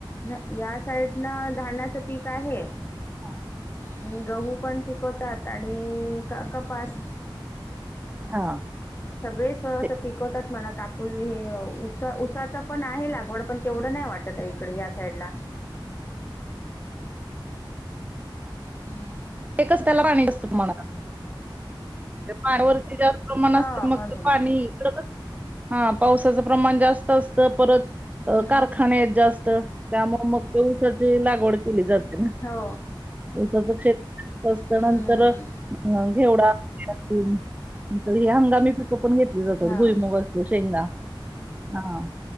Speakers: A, on the left; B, on the right.
A: नाही या साईडन धाण्याचं पीक आहे.
B: हो
A: आणि गहू पण पिकवतात आणि क कपास.
B: हा
A: सगळे असं
B: ते
A: पिकवतात म्हणा कापूस हे उ उसाचं पण आहे लागवड पण तेवढं नाही वाटत आहे इकडे ह्या साईडला. हम्म.
B: ते कसलं पाणी असत तुम्हांला पाडवरती <unintelligible> प्रमाण
A: हो
B: अस मग
A: म्हणून
B: पाणी, इकडं, हा पावसाचं प्रमाण जास्त असतं परत
A: हम्म.
B: कारखाने आहेत जास्त, त्यामुळ मग ते उसाची लागवड केली जाते.
A: हो.
B: उसाच क्षेत्र असतं
A: हम्म
B: नंतर, अ
A: हम्म.
B: घेवडा, सोयाबीन नंतर हि हंगामी पिकं पण घेतली जातात,
A: हां
B: भुईमग असतो, शेंगा हा,